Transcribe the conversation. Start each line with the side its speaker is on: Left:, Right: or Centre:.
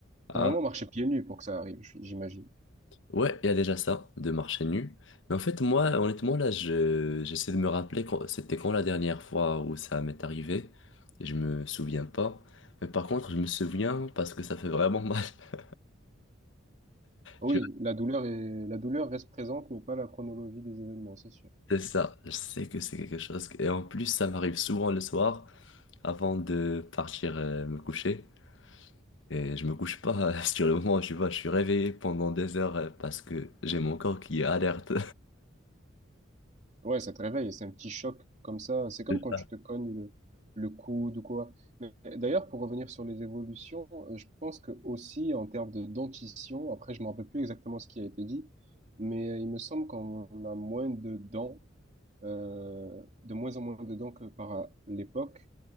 Left: Ah,
Right: Faut vraiment marcher pieds nus pour que ça arrive, j- j'imagine.
Left: ouais, il y a déjà ça, de marcher nu. Mais en fait, moi, honnêtement, là, je, j'essaie de me rappeler quand, c'était quand la dernière fois où ça m'est arrivé. Et je me souviens pas. Mais par contre, je me souviens parce que ça fait vraiment mal. <laughs>
Right: Oui,
Left: Tu
Right: la douleur est, la douleur reste présente, mais pas la chronologie des événements, c'est sûr.
Left: vois, c'est ça. Je sais que c'est quelque chose. que- Et en plus, ça m'arrive souvent le soir avant de partir euh, me coucher. Et je me couche pas <laughs> sur le moment, tu vois, je suis réveillé pendant des heures euh, parce que j'ai mon corps qui est alerte.
Right: Ouais, ça te réveille, et c'est un petit choc comme ça. C'est comme
Left: <laughs> C'est
Right: quand
Left: ça.
Right: tu te cognes le, le coude ou quoi. Mais d'ailleurs, pour revenir sur les évolutions, euh, je pense que aussi en termes de dentition, après, je me rappelle plus exactement ce qui a été dit, mais euh, il me semble qu'on a moins de dents, euh, de moins en moins de dents que par euh, l'époque.